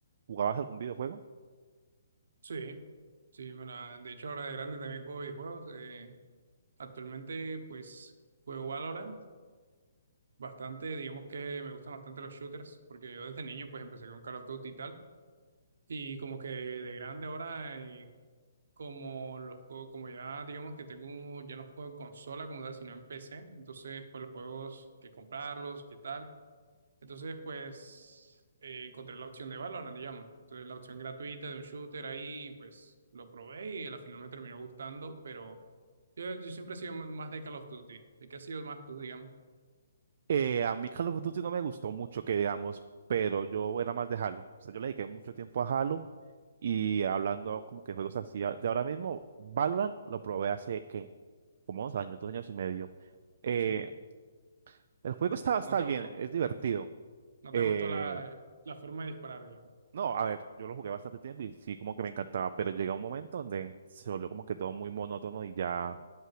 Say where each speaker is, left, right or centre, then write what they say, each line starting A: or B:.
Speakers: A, on the right; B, on the right.
A: ¿jugabas algún videojuego?
B: Sí, sí, me la- de hecho ahora de grande también juego videojuegos. eh, actualmente pues juego Valorant bastante, digamos que me gustan bastante los shooters, porque yo desde niño pues empecé con Call of Duty y tal, y como que de grande ahora, eh, como los juego- como ya digamos que tengo, ya no juego en consola como tal, sino en PC, entonces pues los juegos que comprarlos, qué tal, entonces pues eh, encontré la opción de Valorant, digamos, entonces la opción gratuita de un shooter ahí, pues lo probé y al final me terminó gustando, pero yo, yo siempre he sido más de Call of Duty, ¿de qué has sido más tú, digamos?
A: Eh, a mí Call of Duty no me gustó mucho, que digamos, pero yo era más de Halo. O sea, yo le dediqué mucho tiempo a Halo y hablando como que juegos así a- de ahora mismo, Valorant lo probé hace, ¿qué? Como dos años, dos años y medio. Eh,
B: ¿Sí?
A: el juego está, está
B: ¿No te
A: bien,
B: gustó?
A: es divertido.
B: No
A: Eh,
B: te gustó la, la forma de disparar, digamos.
A: no, a ver, yo lo jugué bastante tiempo y sí, como que me encantaba, pero llega un momento donde se volvió como que todo muy monótono y ya